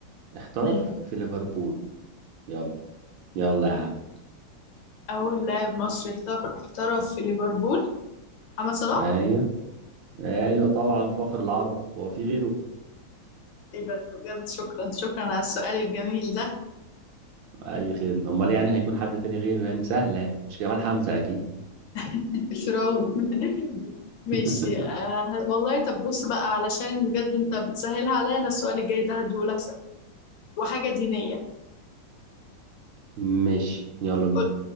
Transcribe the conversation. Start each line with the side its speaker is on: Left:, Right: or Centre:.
Right: احترف
Left: مم.
Right: في ليفربول يلا يلا يا عم
Left: اول لاعب مصري احترف احترف في ليفربول محمد صلاح
Right: ايوه ايوه طبعا فخر العرب هو في غيره
Left: ايوه بجد شكرا شكرا على السؤال الجميل ده
Right: اي خير امال يعني هيكون حد تاني غيره يعني سهله يعني. مش جمال حمزه اكيد
Left: <laughs> الفرعون <laughs> ماشي
Right: <laughs>
Left: آه والله طب بص بقى علشان بجد انت بتسهلها عليا انا السؤال الجاي ده هديهولك سهل وحاجة دينية
Right: ماشي يلا بينا
Left: قول